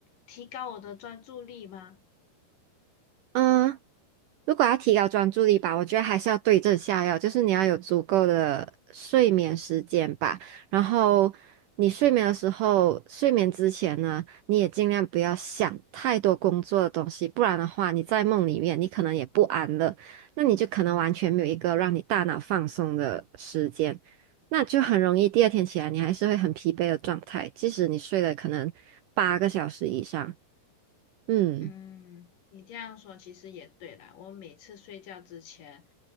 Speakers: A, on the left; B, on the right.
A: 提高我的专注力吗？
B: 嗯，如果要提高专注力吧，我觉得还是要对症下药，就是你要有足够的睡眠时间吧。然后你睡眠的时候，睡眠之前呢，你也尽量不要想太多工作的东西，不然的话，你在梦里面你可能也不安乐，那你就可能完全没有一个让你大脑放松的时间，那就很容易第二天起来你还是会很疲惫的状态，即使你睡了可能八个小时以上，嗯。
A: 嗯，你这样说其实也对啦。我每次睡觉之前，